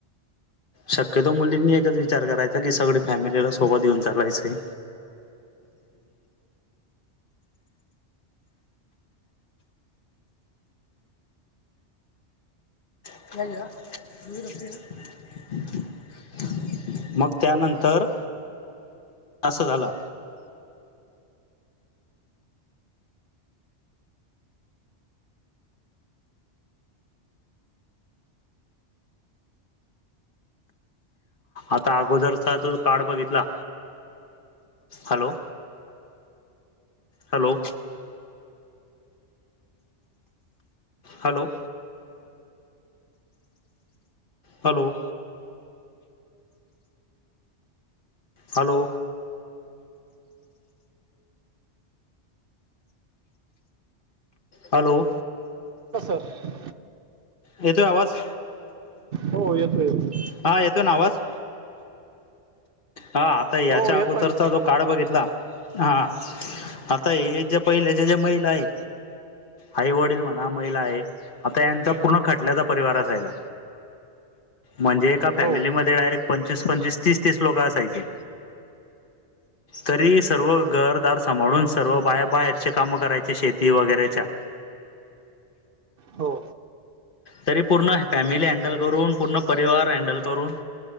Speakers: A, on the left; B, on the right.
A: शक्यतो मुलींनी एकच विचार करायचा, की सगळे फॅमिलीला सोबत घेऊन चालायचं आहे. <unintelligible> मग त्यानंतर असं झालं. आता अगोदरचा जर काळ बघितला hello hello. Hello. Hello. Hello! Hello!
B: Sir <unintelligible>
A: एतोय आवाज?
B: हो येतो येतोय.
A: हा येतोय ना आवाज? हा आता याच्या
B: हो येतोय
A: अगोदरचा
B: ना सर
A: जो काळ बघितला हा आता हे जे पहिल्याचे ज्या महिला आहे आई वडील म्हणा महिला आहे आता याचा पूर्ण खटल्याचा परिवार असायचा. म्हणजे एका फॅमिलीमध्ये
B: हो
A: डायरेक्ट पंचवीस पंचवीस तीस तीस लोक असत पाहीजे तरी सर्व घरदार सांभाळून सर्व बाया बाहेर चे कामं करायचे शेती वगैरेच्या.
B: हो.
A: तरी पूर्ण फॅमिली हँडल करून पूर्ण परिवार हँडल करून